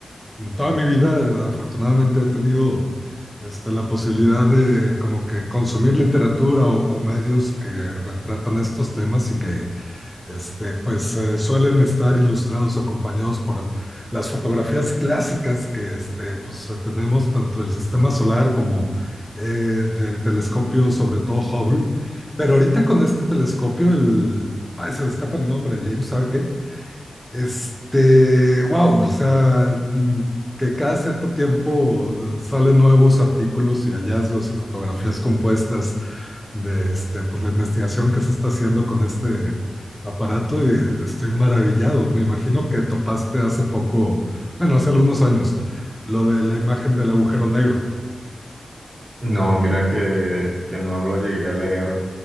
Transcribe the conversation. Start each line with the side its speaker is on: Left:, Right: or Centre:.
Centre: en toda mi vida eh, afortunadamente he tenido este, la posibilidad de como que consumir literatura o, o medios que retratan estos temas y que este, pues eh, suelen estar ilustrados acompañados por las fotografías clásicas que este, pues, eh, tenemos tanto del sistema solar como eh, del telescopio, sobre todo Hubble. Pero ahorita con este telescopio, el... Ay, se me escapa el nombre, James, ¿sabe qué? Este, wow, o sea, mm, que cada cierto tiempo salen nuevos artículos y hallazgos y fotografías compuestas de este, pues, la investigación que se está haciendo con este aparato y estoy maravillado. Me imagino que topaste hace poco, bueno, hace algunos años, lo de la imagen del agujero negro.
Right: No, mira que, que no lo llegué a leer,